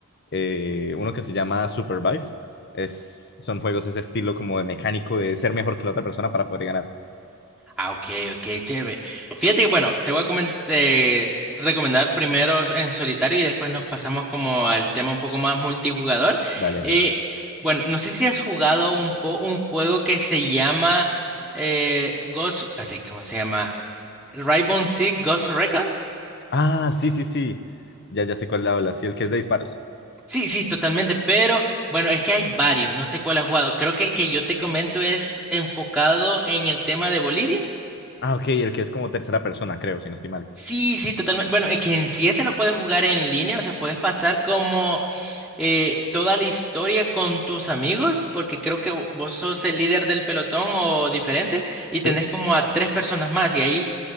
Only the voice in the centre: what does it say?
Ah, ok, ok, chévere. Fíjate, que, bueno, te voy a comen- eh, recomendar primero en solitario y después nos pasamos como al tema un poco más multijugador.
Eh, bueno, no sé si has jugado un, po- un juego que se llama eh, Ghost, espérate, ¿cómo se llama? Rainbow Six Ghost Recon.
Sí, sí, totalmente, pero bueno, es que hay varios, no sé cuál has jugado. Creo que el que yo te comento es enfocado en el tema de Bolivia.
Sí, sí, totalmente. Bueno, es que en sí ese lo puedes jugar en línea, o sea, puedes pasar como eh, toda la historia con tus amigos, porque creo que vo- vos sos el líder del pelotón o diferente, y tenés
como a tres personas más, y ahí